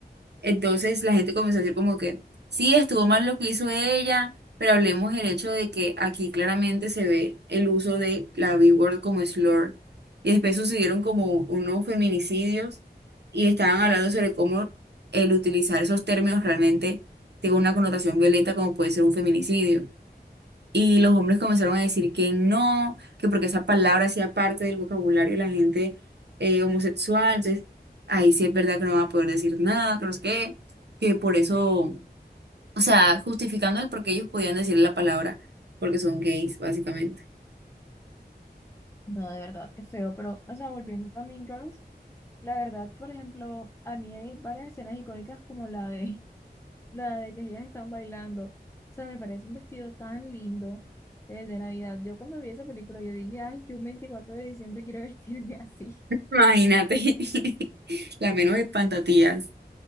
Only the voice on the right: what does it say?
Entonces la gente comenzó a decir como que sí, estuvo mal lo que hizo ella, pero hablemos del hecho de que aquí claramente se ve el uso de la B-word como slur. Y después sucedieron como unos feminicidios y estaban hablando sobre cómo el utilizar esos términos realmente tiene una connotación violenta como puede ser un feminicidio. Y los hombres comenzaron a decir que no, que porque esa palabra hacía parte del vocabulario de la gente eh, homosexual. Entonces, ahí sí es verdad que no va a poder decir nada, que no sé qué, que por eso, o sea, justificando el por qué ellos podían decir la palabra, porque son gays, básicamente.
Imagínate, <laughs> la menos espantatías.